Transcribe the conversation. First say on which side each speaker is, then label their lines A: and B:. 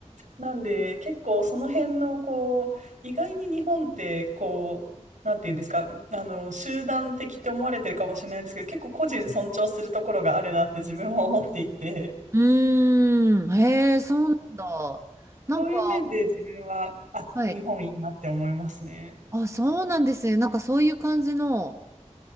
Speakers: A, on the right (about 90°); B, on the right (about 25°).
A: なんで結構その辺のこう、意外に日本ってこう、なんていうんですか、あの、集団的って思われてるかもしれないんですけど、結構個人尊重するところがあるなって自分は思っていて。
B: うーん。へえ、そうなんだ。なんか、
A: そういう面で自分は、あ、
B: はい。
A: 日本いいなって思いますね。
B: あ、そうなんですね。なんかそういう感じの、